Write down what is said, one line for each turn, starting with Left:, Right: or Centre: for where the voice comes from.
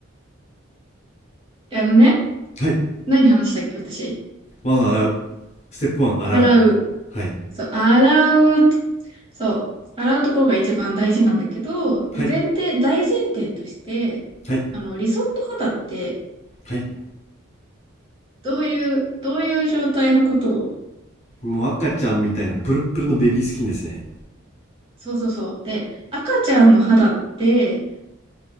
Right: あのね、
Left: はい。
Right: 何話したっけ、私。
Left: まず洗う。ステップ1、洗う。
Right: 洗う。
Left: はい。
Right: そう、洗う。そう、洗うところが一番大事なんだけど、
Left: はい。
Right: 前提、大前提として、
Left: はい。
Right: あの、理想の肌って、
Left: はい。
Right: どういう、どういう状態のことを、
Left: もう赤ちゃんみたいなプルップルのベビースキンですね。
Right: そうそうそう。で、赤ちゃんの肌って、